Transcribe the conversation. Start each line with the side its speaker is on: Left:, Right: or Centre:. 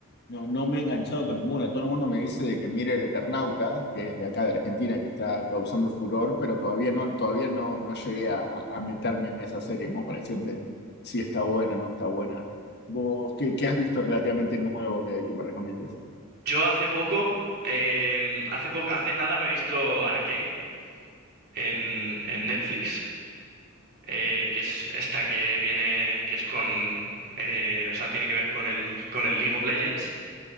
Left: no, no me he enganchado con ninguna. Todo el mundo me dice de que mire El Eternauta, que es de acá de Argentina, que está causando furor, pero todavía no, todavía no, no llegué a, a meterme en esa serie como para decirte si está buena o no está buena. ¿Vos qué, qué has visto relativamente nuevo que, que me recomiendes?
Right: Yo hace poco, eh, hace po- hace nada me he visto Arcane en, en Netflix, eh, que es esta que viene, que es con, eh, o sea, tiene que ver con el, con el League of Legends.